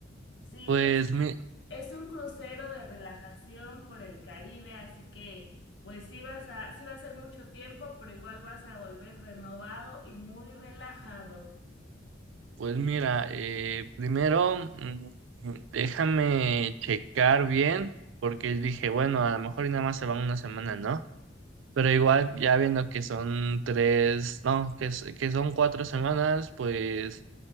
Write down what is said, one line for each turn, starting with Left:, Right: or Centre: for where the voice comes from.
Left: Sí,
Right: Pues,
Left: es,
Right: mi,
Left: es un crucero de relajación por el Caribe, así que pues sí vas a, sí va a ser mucho tiempo, pero igual vas a volver renovado y muy relajado.
Right: pues mira, eh, primero mm, déjame checar bien, porque dije, bueno, a lo mejor y nada más se van una semana, ¿no? Pero igual, ya viendo que son tres, no, que, s- que son cuatro semanas, pues